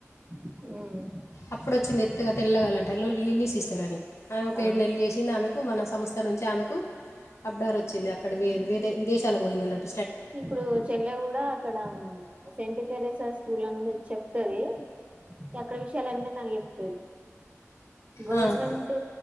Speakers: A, on the right (about 25°); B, on the left (about 65°).
A: హ్
B: అప్పుడు వచ్చింది ఎత్తు గా తెల్లగలంట లిల్లీ సిస్టర్ అని ఆమె ఒక
A: ఆ
B: ఏడు నెలలు చేసింది. ఆమెకు మన సంస్థ నుంచి ఆమెకు అప్డార్ వచ్చింది. అక్కడ వే వేరే విదేశాలకు పోయిందన్నట్
A: ఇప్పుడు చెల్లె కూడా అక్కడ సెంట్పారస్ స్కూల నుంచి చెప్తది ఎక్కడ విషయాలన్నీ నాకు చెప్పు టాది గవర్నమెంట్
B: అవును